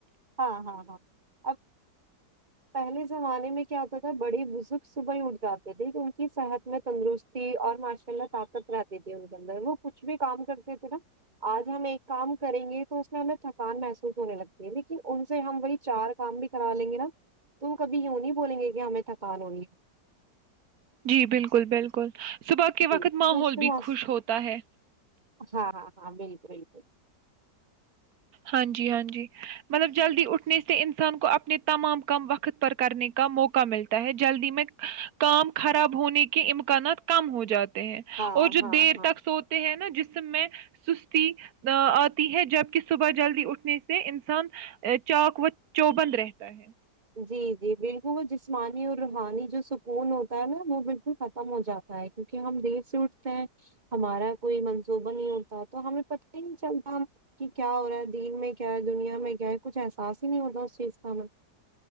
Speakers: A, on the right; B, on the right.
A: ہاں ہاں ہاں اب پہلے زمانے میں کیا ہوتا تھا بڑے بزرگ صبح ہی اٹھ جاتے تھے کہ ان کی صحت میں تندرستی اور ماشاء اللہ طاقت رہتی تھی ان کے اندر وہ کچھ بھی کام کرتے تھے نا آج ہم ایک کام کریں گے تو اس میں ہمیں تھکان محسوس ہونے لگتی ہے ل لن ان سے ہم وہی چار کام بھی کرا لیں گے نا تو کبھی یوں نہیں بولیں گے کہ ہمیں تھکان ہونی ہے
B: جی بالکل بالکل صبح کے
A: جی
B: وقت ماحول
A: تو اس سے
B: بھی
A: موس-
B: خوش ہوتا ہے
A: ہاں ہاں ہاں بالک بالکل
B: ہاں جی ہاں جی مطلب جلدی اٹھنے سے انسان کو اپنے تمام کام وقت پر کرنے کا موقع ملتا ہے جلدی میں کام خراب ہونے کے امکانات کم ہو جاتے ہیں
A: ہاں
B: اور جو
A: ہاں
B: دیر
A: ہاں
B: تک سوتے ہیں نا جس میں سستی آتی ہے جب کسی صبح جلدی اٹھنے سے انسان چاک و چوبند رہتا ہے
A: جی جی بالکل وہ جسمانی اور روحانی جو سکون ہوتا ہے نا وہ بالکل ختم ہو جاتا ہے کیونکہ ہم دیر سے اٹھتے ہیں ہمارا کوئی منصوبہ نہیں ہوتا تو ہمیں پتہ ہی نہیں چلتا کہ کیا ہو رہا ہے دین میں کیا ہے دنیا میں کیا ہے کچھ احساس ہی نہیں ہوتا اس چیز کا ہمیں